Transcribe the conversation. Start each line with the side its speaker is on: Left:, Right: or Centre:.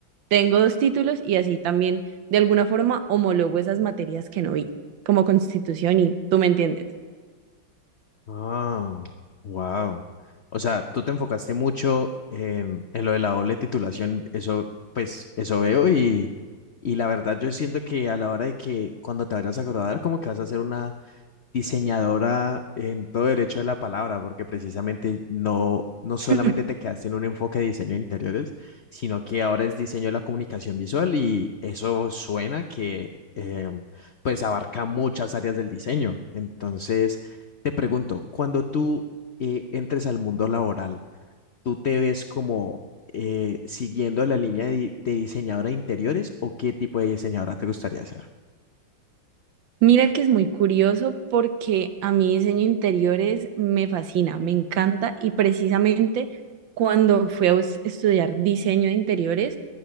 Right: tengo dos títulos y así también de alguna forma homologo esas materias que no vi, como constitución y tú me entiendes.
Left: Ah, wow. O sea, tú te enfocaste mucho em, en lo de la doble titulación, eso, pues, eso veo y, y la verdad yo siento que a la hora de que cuando te vayas a graduar, como que vas a hacer una diseñadora en todo derecho de la palabra, porque precisamente no, no solamente
Right: <laughs>
Left: te quedaste en un enfoque de diseño de interiores, sino que ahora es diseño de la comunicación visual y eso suena que eh, pues abarca muchas áreas del diseño. Entonces, te pregunto, cuando tú eh, entres al mundo laboral, ¿tú te ves como eh, siguiendo la línea de, di- de diseñadora de interiores o qué tipo de diseñadora te gustaría ser?
Right: Mira que es muy curioso porque a mí diseño de interiores me fascina, me encanta y precisamente cuando fui a us- estudiar diseño de interiores,